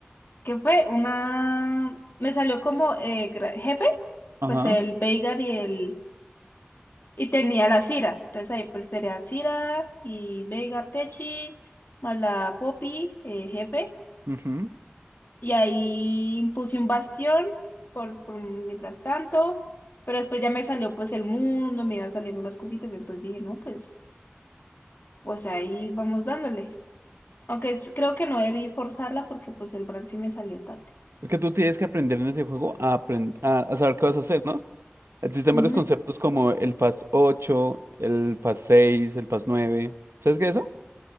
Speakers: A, on the left (about 55°); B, on the right (about 85°).
A: ¿Qué fue? Una... Me salió como eh, gra- jefe,
B: Ajá.
A: pues el Veigar y el... Y tenía la Cira. Entonces ahí pues sería Cira y Veigar Techi, más la Poppy, eh, jefe.
B: ujú.
A: Y ahí puse un bastión por, por mientras tanto. Pero después ya me salió pues el mundo, me iban saliendo las cositas. Entonces dije, no, pues, pues ahí vamos dándole. Aunque es- creo que no debí forzarla porque pues el brand sí me salió tarde.
B: Es que tú tienes que aprender en ese juego a, aprend- a, a saber qué vas a hacer, ¿no? Existen
A: Ujú.
B: varios conceptos como el Fast ocho el Fast seis el Fast nueve ¿Sabes qué es eso?